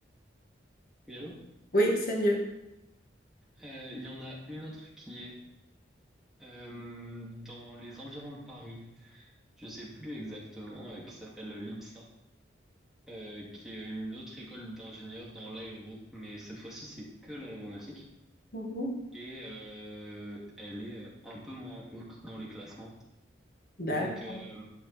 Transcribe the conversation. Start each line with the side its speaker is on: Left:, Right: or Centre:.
Centre: Oui, allô?
Left: Oui, c'est mieux.
Centre: Euh, il y en a une autre qui est euh, dans les environs de Paris. Je sais plus exactement, euh, qui s'appelle l'IPSA, euh, qui est une autre école d'ingénieurs dans l'aéro, mais cette fois-ci c'est que l'aéronautique
Left: Mhm.
Centre: et euh, elle est euh, un peu moins haute dans les classements.
Left: D'accord.
Centre: Donc euh,